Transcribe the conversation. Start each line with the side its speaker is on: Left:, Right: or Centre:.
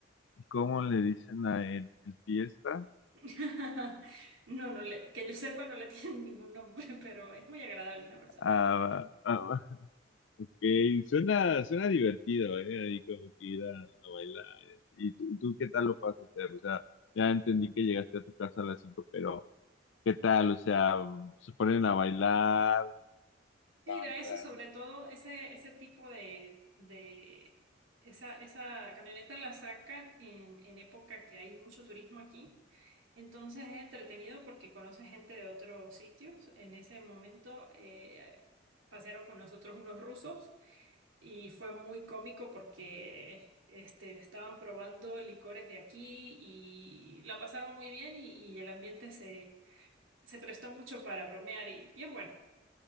Left: ¿Cómo le dicen a él? ¿El fiesta?
Right: <laughs> No, no le- que yo sepa, no le <laughs> tiene ningún nombre, pero es muy agradable, una persona
Left: Ah,
Right: muy amable.
Left: ah, ah, ok, suena, suena divertido, ¿eh? Ahí como que ir a, a bailar. ¿Y tú, tú qué tal lo pasaste O sea, ya entendí que llegaste a tu casa a las cinco, pero ¿qué tal? O sea, se ponen a bailar
Right: Mira,
Left: cantan
Right: eso sobre todo, ese, ese tipo de, de esa, esa camioneta la sacan en, en época que hay mucho turismo aquí. Entonces es entretenido porque conoces gente de otros sitios. En ese momento eh, pasearon con nosotros unos rusos. y fue muy cómico porque este, estaban probando licores de aquí y la pasaron muy bien y, y el ambiente se, se prestó mucho para bromear y bien bueno.